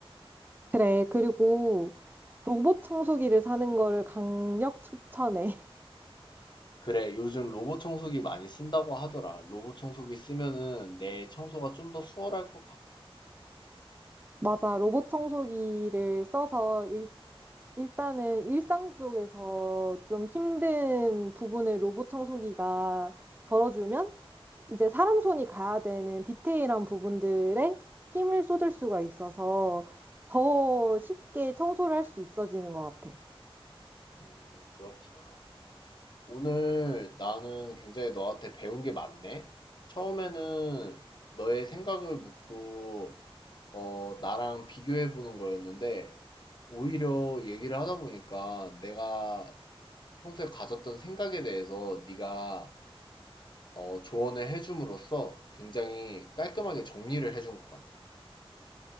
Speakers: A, on the right; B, on the left.
A: 그래, 그리고 로봇 청소기를 사는 거를 강력 추천해.
B: 그래, 요즘 로봇 청소기 많이 쓴다고 하더라. 로봇 청소기 쓰면은 내 청소가 좀 더 수월할 것 같아.
A: <laughs> 맞아, 로봇 청소기를 써서 일단은 일상 속에서 좀 힘든 부분을 로봇 청소기가 덜어주면 이제 사람 손이 가야 되는 디테일한 부분들에 힘을 쏟을 수가 있어서 더 쉽게 청소를 할 수 있어지는 것 같아.
B: 음, 그렇구나. 오늘 나는 굉장히 너한테 배운 게 많네? 처음에는 너의 생각을 묻고, 어, 나랑 비교해 보는 거였는데, 오히려 얘기를 하다 보니까 내가 평소에 가졌던 생각에 대해서 네가 어, 조언을 해줌으로써 굉장히 깔끔하게 정리를 해준 것 같다.